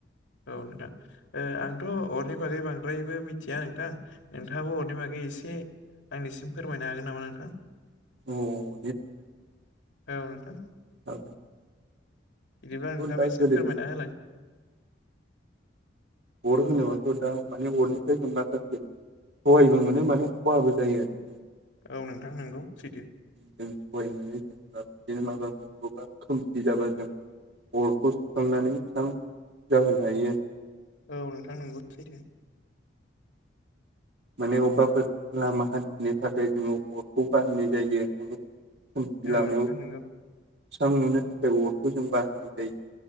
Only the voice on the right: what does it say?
औ
औ
बुहुद दा
गोदोनि
अर होनोबाथ' दा माने अरनिफ्राय जों माखासे सहायबो मोनो माने खहाबो जायो आरो।
जों सहाय मोनो जेनेबा बिदिनो माबा बबेबा खोमसि जाबा जों अरखौ सुखांनानै बिस्रां जाहोनो हायो।
माने अबेबाफोर लामा हान्थिनो थाखाय जोङो अरखौ बाहायनाय जायो। खोमसि
लामायाव
सस्रां
नुनो थाखाय अरखौ जों बाहायनाय जायो।